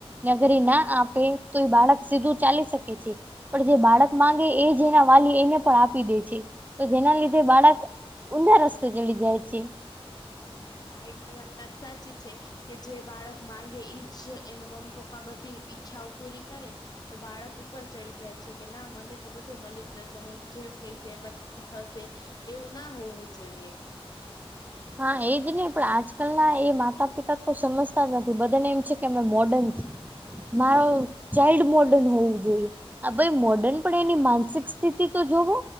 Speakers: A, on the right; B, on the left.
A: નગરી ના આપે તો એ બાળક સીધું ચાલી શકે છે. પણ જે બાળક માંગે એજ એના વાલી એને પણ આપી દે છે તો જેના લીધે બાળક ઊંધા રસ્તા ચડી જાય છે.
B: હા એ તમારી વાત સાચી છે કે જે બાળક માંગે ઈજ એને મમ્મી પપ્પા બધી ઈચ્છાઓ પૂરી કરે તો બાળક ઉપર ચડી જાય છે કે ના મને તો બધું મલી જ જશે હું જેમ કહીશ એમ જ થશે એવું ના હોવું જોઈએ.
A: હા એજ ને પણ આજકાલના એ માતા પિતા તો સમજતા જ નથી બધાને એમ છે કે અમે મોર્ડન છીએ. મારો ચાઇલ્ડ મોર્ડન હોવું જોઈએ. આ ભાઈ મોર્ડર્ન પણ એની માનસિક સ્થિતિ તો જોવો